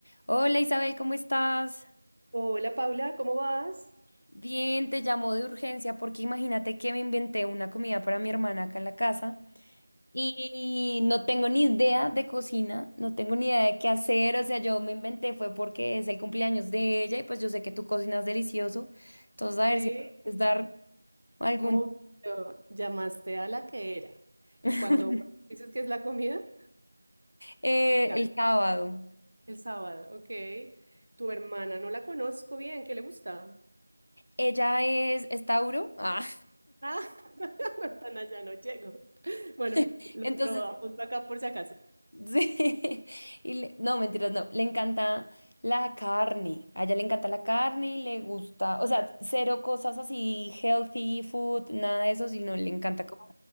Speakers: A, on the left (about 65°); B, on the right (about 80°).
A: Hola Isabel, ¿cómo estás?
B: Hola Paula, ¿cómo vas?
A: Bien, te llamo de urgencia porque imagínate que me inventé una comida para mi hermana acá en la casa y no tengo ni idea de cocina, no tengo ni idea de qué hacer, o sea, yo me inventé fue porque es el cumpleaños de ella y pues yo sé que tú cocinas delicioso, entonces a ver
B: Sí,
A: si me puedes dar algún...
B: obvio, llamaste a la que era.
A: <laughs>
B: Y cuando cuando dices que es la comida,
A: Eh,
B: ya,
A: el sábado.
B: el sábado, ok. Tu hermana, no la conozco bien, ¿qué le gusta?
A: Ella es, es Tauro, ah,
B: Ah, <laughs> no, tan allá no llego. Bueno,
A: <laughs>
B: lo,
A: entonces
B: lo apunto acá por si acaso.
A: Sí, <laughs> y le- no, mentiras, no, le encanta la carne, a ella le encanta la carne y le gusta, o sea, cero cosas así, healthy food, nada de eso, sino le encanta como,